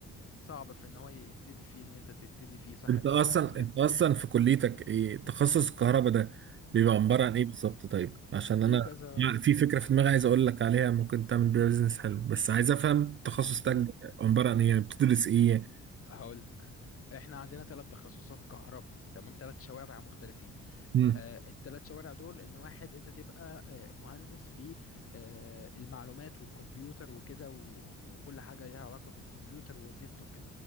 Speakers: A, on the left; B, on the right.
A: صعب في ان هو يبتدي فيه ان انت تبتدي فيه صاحب
B: انت اصلا
A: بيزنس ممكن
B: انت اصلا في كليتك ايه تخصص الكهرباء ده بيبقى عبارة
A: مم.
B: عن ايه بالظبط طيب عشان
A: في
B: انا
A: كذا
B: يعني في فكرة في دماغي عايز اقول لك عليها ممكن تعمل بيها بيزنس حلو بس عايز افهم تخصص تاج
A: مم.
B: ده عبارة عن ايه يعني بتدرس ايه
A: هقولك احنا عندنا ثلاث تخصصات كهرباء تمام ثلاث شوارع مختلفين
B: مم.
A: آه الثلاث شوارع دول ان واحد انت تبقى آه مهندس في آه المعلومات والكمبيوتر وكده و- وكل حاجة ليها علاقة بالكمبيوتر والنت وكده